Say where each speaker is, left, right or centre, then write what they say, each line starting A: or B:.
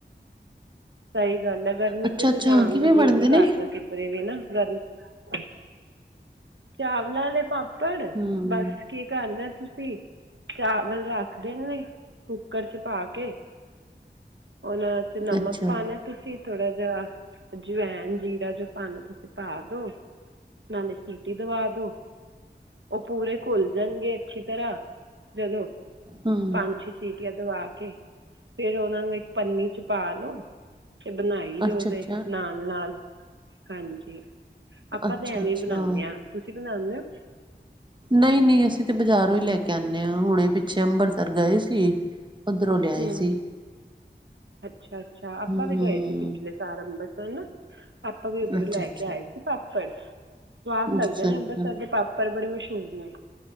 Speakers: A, on the right; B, on the right.
A: ਸਹੀ ਗੱਲ ਹੈ ਗਰਮੀ
B: ਅੱਛਾ
A: ਚ
B: ਅੱਛਾ
A: ਤਾਂ ਜਾਣ
B: ਕਿਵੇਂ
A: ਦਾ ਜੀਅ
B: ਬਣਦੇ
A: ਨੀ
B: ਨੇ
A: ਕਰਦਾ ਕਿਧਰੇ ਵੀ ਨਾ ਗਰਮੀ ਚਾਵਲਾਂ ਦੇ ਪਾਪੜ
B: ਹਮ
A: ਬਸ ਕੀ ਕਰਨਾ ਤੁਸੀਂ ਚਾਵਲ ਰੱਖਦੇ ਨੇ ਕੁੱਕਰ ਚ ਪਾ ਕੇ। ਉਹਨਾਂ ਤੇ ਨਮਕ
B: ਅੱਛਾ
A: ਪਾਨਾ ਏਂ। ਤੁਸੀਂ ਥੋੜਾ ਜਿਹਾ ਅਜਵੈਨ ਜੀਰਾ ਜੋ ਪਾਨੈ, ਤੁਸੀਂ ਪਾ ਦੋ। ਨਾਲੇ ਸੀਟੀ ਦਵਾ ਦੋ। ਉਹ ਪੂਰੇ ਘੁਲ ਜਣਗੇ ਅੱਛੀ ਤਰ੍ਹਾਂ ਜਦੋਂ
B: ਹਮ
A: ਪੰਜ-ਛੇ ਸੀਟੀਆਂ ਦਵਾ ਕੇ, ਫੇਰ ਉਹਨਾਂ ਨੂੰ ਇੱਕ ਪੰਨੀ 'ਚ ਪਾ ਲੋ ਤੇ ਬਣਾਈ ਜੋ
B: ਅੱਛਾ
A: ਓਦੇ
B: ਅੱਛਾ
A: ਨਾਲ-ਨਾਲ ਹਾਂਜੀ। ਆਪਾਂ
B: ਅੱਛਾ
A: ਤਾਂ ਐਵੇਂ
B: ਅੱਛਾ
A: ਹੀ ਬਣਾਨੇ ਆਂ, ਤੁਸੀਂ ਬਣਾਂਦੇ ਹੋ?
B: ਨਹੀਂ-ਨਹੀਂ ਅਸੀਂ ਤੇ ਬਾਜ਼ਾਰੋਂ ਹੀ ਲੈ ਕੇ ਆਨੇ ਆਂ, ਹੁਣੇ ਪਿੱਛੇ ਅੰਬਰਸਰ ਗਏ ਸੀ। ਉੱਧਰੋਂ ਲਿਆਏ
A: ਹਮ
B: ਸੀ
A: ਅੱਛਾ-ਅੱਛਾ ਆਪਾਂ
B: ਹਮ
A: ਵੀ ਗਏ ਸੀ ਪਿਛਲੇ ਸਾਲ ਅੰਬਰਸਰ ਨਾ। ਆਪਾਂ ਵੀ ਉੱਧਰੋਂ
B: ਅੱਛਾ
A: ਲੈ
B: ਅੱਛਾ
A: ਕੇ ਆਏ ਸੀ ਪਾਪੜ, ਸਵਾਦ
B: ਅੱਛਾ
A: ਲੱਗਦੇ ਨੇ
B: ਅੱਛਾ
A: ਅੰਬਰਸਰ ਦੇ ਪਾਪੜ ਪਰ ਬੜੇ ਮਸ਼ਹੂਰ ਨੇ।